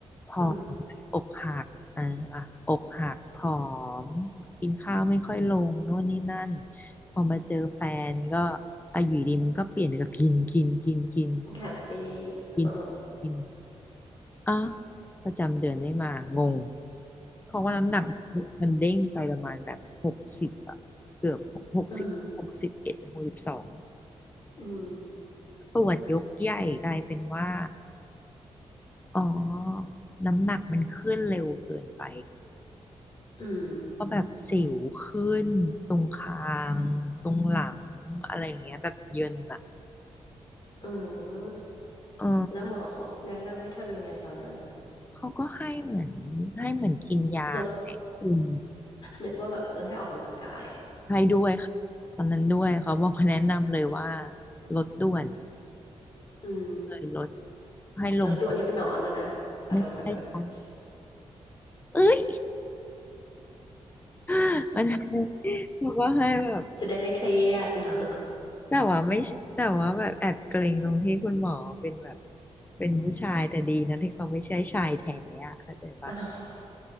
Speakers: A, on the left (about 15°); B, on the left (about 45°).
A: ผอมอกหักอ่าอ่ะอกหักผอ
B: อืม
A: มกินข้าวไม่ค่อยลงโน่นนี่นั่นพอมาเจอแฟนก็อายุดีมันก็เปลี่ยนไปกับกินกินกินกิน
B: happy
A: กิน
B: เออ
A: กินอ่ะประจำเดือนไม่มางงเพราะว่าน้ำหนักมันเด้งไปประมาณแบบหกสิบอ่ะเกือบหกสิบหกสิบเอ็ดหกสิบสอง
B: <laughs> อืมอืม
A: ตรวจยกใหญ่กลายเป็นว่า อ๋อน้ำหนักมันขึ้นเร็วเกินไป
B: อืม
A: ก็แบบสิวขึ้นตรงคางตรงหลังอะไรอย่างเงี้ยแบบเยินอะ
B: อืม
A: เออ
B: แล้วหมอเขาแนะนำให้ทำยังไงตอนนั้นอะ
A: เขาก็ให้เหมือนให้เหมือนกินยาให้คุม
B: ลดนึกว่าแบบเออให้ออกกำลังกาย
A: ให้ด้วยค่ะตอนนั้นด้วยเขาบอกแนะนำเลยว่าลดด่วน
B: อืม
A: เลยลดให้ลง
B: แลดด่วนที่เป็นหนอนนะนะขอโทษขอโทษ
A: ไม่ใช่จ้ะเอ้ย <laughs> มันให้ <laughs> บอกว่าให้แบบ
B: จะได้ไม่เครียด <laughs>
A: แต่ว่าไม่ใช่แต่ว่าแบบแอบเกรงตรงที่คุณหมอเป็นแบบเป็นผู้ชายแต่ดีนะที่เขาไม่ใช่ชายแท้อะเข้าใจปะ
B: อ้าว